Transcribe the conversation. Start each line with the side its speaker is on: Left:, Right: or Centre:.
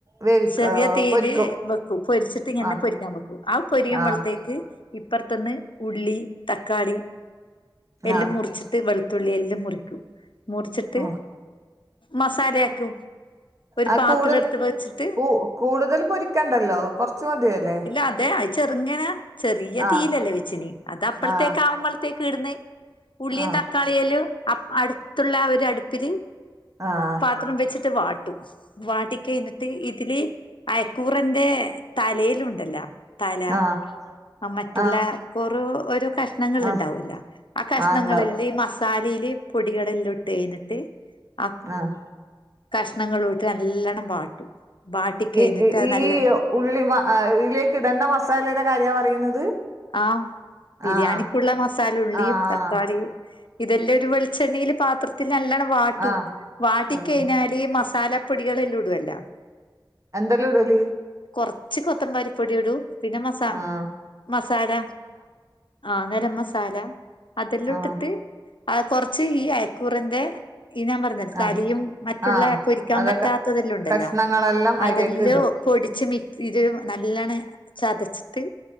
Right: വേവിക്കും
Left: ചെറിയ
Right: ഏഹ്
Left: തീയില്
Right: പൊരിക്കും
Left: വെക്കും പൊരിച്ചിട്ട് ഇങ്ങനെ
Right: ആഹ്
Left: പൊരിക്കാൻ വെക്കും ആ പൊരിയുമ്പോഴത്തേക്ക്
Right: ആഹ്
Left: ഇപ്പറത്തുന്ന് ഉള്ളി തക്കാളി എല്ലാം
Right: ആഹ്
Left: മുറിച്ചിട്ട് വെളുത്തുള്ളി എല്ലാം മുറിക്കും മുറിച്ചിട്ട്
Right: ആഹ്
Left: മസാലയാക്കും ഒരു
Right: ആഹ്
Left: പാത്രം
Right: കൂടു
Left: എടുത്ത് വെച്ചിട്ട്
Right: കൂ കൂടുതൽ പൊരിക്കണ്ടല്ലോ കൊറച്ച് മതിയല്ലേ
Left: ഇല്ല അതെ അത് ചെറുങ്ങനെ ചെറിയ
Right: ആഹ്
Left: തീയിലല്ലേ വെച്ചിന് അത
Right: ആഹ്
Left: അതാമ്പള്ത്തേക്ക് ഇടുന്ന് ഉള്ളിയും
Right: ആഹ്
Left: തക്കാളിയലും അടുത്തുള്ള ഒരു അടുപ്പില്
Right: ആഹ്
Left: അത്രണം വെച്ചിട്ട് വാട്ടും വാട്ടി കഴിഞ്ഞിട്ട് ഇതില് അയ്ക്കൂറന്റെ തലയിലുണ്ടല്ലോ തല
Right: ആഹ് ആഹ്
Left: ആ മറ്റുള്ള
Right: ആഹ്
Left: ഒറു ഒരു കഷ്ണങ്ങളുണ്ടാവുല്ലോ
Right: ആഹ്
Left: ആ കഷ്ണങ്ങളെല്ലാം
Right: ആഹ് ഇണ്ടാവും
Left: ഈ മസാലയില് പൊടികളെല്ലാം ഇട്ട് കഴിഞ്ഞിട്ട് ആ
Right: ആഹ്
Left: കഷ്ണങ്ങളുട്ട് നല്ലണ്ണം വാട്ടും വാട്ടി കഴിഞ്ഞിട്ട്
Right: ഈ ഈ
Left: അത്
Right: ഈ
Left: നല്ല
Right: ഉള്ളി ഇതിലേക്ക് ഇടേണ്ട മസാലയുടെ കാര്യമാ പറയുന്നത്
Left: ആഹ് ബിരിയാണിക്കുള്ള
Right: ആഹ്
Left: മസാല ഉള്ളിയും
Right: ആഹ്
Left: തക്കാളിയും ഇതെല്ലാം ഒരു വെളിച്ചെണ്ണയില് പാത്രത്തിൽ നല്ലവണ്ണം വാട്ടും
Right: ആഹ്
Left: വാട്ടി
Right: ആഹ്
Left: കഴിഞ്ഞാല് ഈ മസാലപ്പൊടികളെല്ലാം ഇടുമല്ലോ
Right: എന്തല്ലോ ഇടല്
Left: കൊറച്ച് കൊത്തമ്പാരിപ്പൊടി ഇടും പിന്നെ മസാ
Right: ആഹ്
Left: മസാല ആഹ് ഗരം മസാല അതെല്ലാം
Right: ആഹ്
Left: ഇട്ടിട്ട് അത് കുറച്ച് ഈ അയിക്കൂറന്റെ ഈ ഞാൻ പറ അ തലയും
Right: ആഹ്
Left: മറ്റുള്ള
Right: ആഹ്
Left: പൊരിക്കാൻ
Right: അതൊക്കെ
Left: പറ്റാത്തതെല്ലാം ഉണ്ടല്ലോ
Right: കഷ്ണങ്ങളെല്ലാം അതിലേക്ക്
Left: അതെല്ലോം
Right: ഇടും
Left: പൊടിച്ച് മിക്സില് നല്ലോണം ചതച്ചിട്ട്